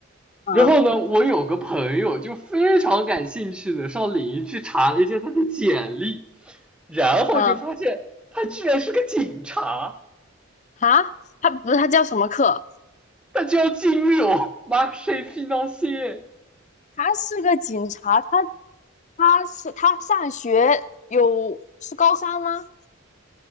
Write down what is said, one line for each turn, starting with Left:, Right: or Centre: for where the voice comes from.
Left: 嗯
Centre: 然后呢，我有个朋友就非常感兴趣的上领英去查了一下他的简历，然后就发现他居然是个警察。
Left: 嗯，啊，他他不是他叫什么课？
Centre: 他就要进入 marché financier
Left: 他是个警察，他他是他上学有是高三吗？